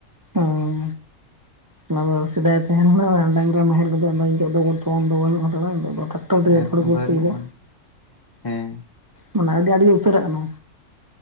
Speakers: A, on the right (about 30°); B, on the left (about 20°).
A: ᱚᱸ ᱚᱱᱟ ᱫᱚ ᱥᱮᱫᱟᱭ ᱛᱟᱦᱮ ᱞᱮᱱᱟ ᱵᱟᱝ ᱰᱟᱝᱨᱟ ᱱᱟᱦᱮᱞ ᱠᱚᱫᱚ ᱱᱤᱛᱚᱜ ᱫᱚᱵᱚᱱ ᱛᱚᱞ ᱫᱚ ᱵᱟᱹᱱᱩᱜ ᱦᱟᱛᱟᱲᱟ ᱴᱨᱟᱠᱴᱟᱨ ᱠᱚᱛᱮ
B: ᱠᱟᱱᱟ
A: ᱛᱷᱳᱲᱟ ᱵᱚᱱ
B: ᱵᱟᱹᱱᱩᱜᱼᱟ
A: ᱥᱤᱭᱫᱟ᱾
B: ᱦᱮᱸ
A: ᱚᱸ ᱢᱟᱱᱮ ᱟᱹᱰᱤ ᱟᱸᱴᱜᱮ ᱩᱥᱟᱹᱨᱟᱜ ᱠᱟᱱᱟ᱾